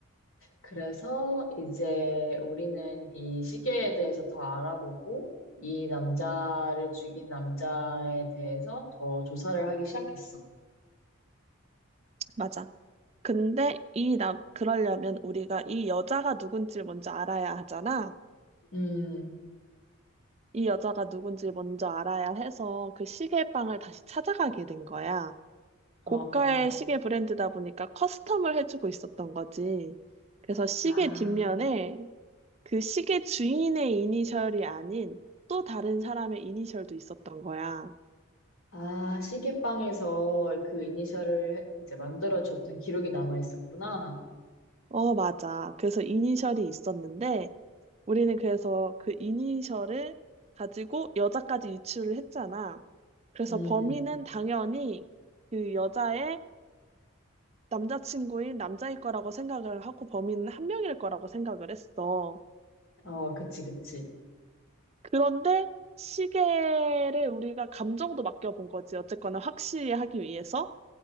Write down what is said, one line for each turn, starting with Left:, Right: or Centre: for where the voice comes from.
Left: 그래서 이제 우리는 이 시계에 대해서 더 알아보고 이 남자를 죽인 남자에 대해서 더 조사를 하기 시작했어.
Right: 맞아. 근데 이 남, 그러려면 우리가 이 여자가 누군지 먼저 알아야 하잖아.
Left: 음,
Right: 이 여자가 누군지 먼저 알아야 해서 그 시계방을 다시 찾아가게 된 거야.
Left: 어,
Right: 고가의
Left: 어.
Right: 시계 브랜드다 보니까 커스텀을 해주고 있었던 거지. 그래서 시계
Left: 아,
Right: 뒷면에 그 시계 주인의 이니셜이 아닌 또 다른 사람의 이니셜도 있었던 거야.
Left: 아, 시계방에서 그 이니셜을 이제 만들어줬던 기록이 남아 있었구나.
Right: 어, 맞아. 그래서 이니셜이 있었는데 우리는 그래서 그 이니셜을 가지고 여자까지 유추를 했잖아. 그래서
Left: 음,
Right: 범인은 당연히 그 여자의 남자친구인 남자일 거라고 생각을 하고 범인은 한 명일 거라고 생각을 했어.
Left: 어, 그치, 그치.
Right: 그런데 시계를 우리가 감정도 맡겨본 거지. 어쨌거나 확실히 하기 위해서.